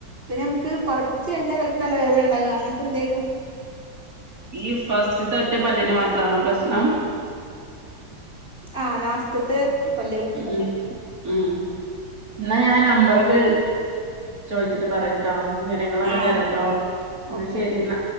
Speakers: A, on the right; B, on the right.
A: പിന്നെ നമുക്ക് കുറച്ച് കഴിഞ്ഞാൽ ചിലപ്പോ തലവേദന ഉണ്ടാകാം അങ്ങനത്തെ എന്തേലും
B: ഈ ഫസ്റ്റ്ത്തെ ഒറ്റ പല്ലിന് മാത്രണോ പ്രശ്നം
A: ആഹ ലാസ്റ്റ് അറ്റത്തെ പല്ലികൾക്ക്
B: ഉം ഉം എന്നാ ഞാൻ നമ്പറൊക്കെ ചോദിച്ചിട്ട് പറയാട്ടോ വിവരങ്ങളൊക്കെ
A: ആ
B: തരട്ടോ എന്നാ
A: ഓക്കെ
B: ശരി എന്നാ